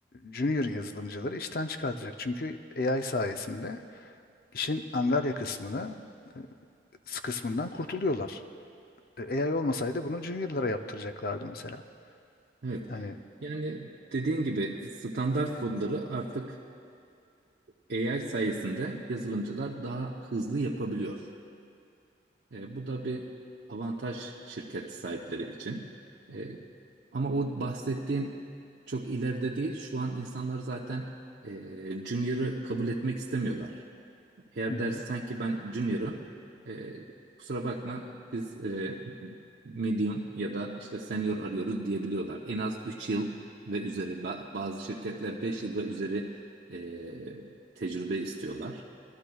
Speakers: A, on the left; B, on the right.
A: junior yazılımcıları işten çıkartacak. Çünkü AI sayesinde işin angarya kısmını e, kısmından kurtuluyorlar. E, AI olmasaydı bunu juniorlara yaptıracaklardı mesela.
B: Evet.
A: Yani
B: Yani dediğin gibi standart kodları artık e, AI sayesinde yazılımcılar daha hızlı yapabiliyor. E, bu da bir avantaj şirket sahipleri için. E, ama o bahsettiğin çok ileride değil. Şu an insanlar zaten e, Junior'ı kabul etmek istemiyorlar. Eğer
A: Hı hı.
B: dersen ki ben junior'ım, e, kusura bakma biz e, medium ya da işte senior arıyoruz diyebiliyorlar. En az 3 yıl ve üzeri ba- bazı şirketler 5 yıl ve üzeri e, tecrübe istiyorlar.